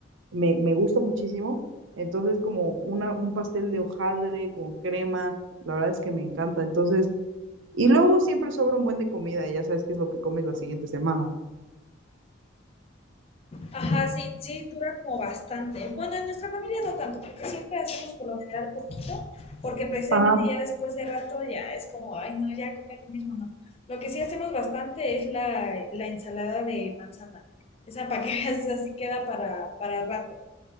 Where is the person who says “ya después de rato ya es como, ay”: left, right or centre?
Left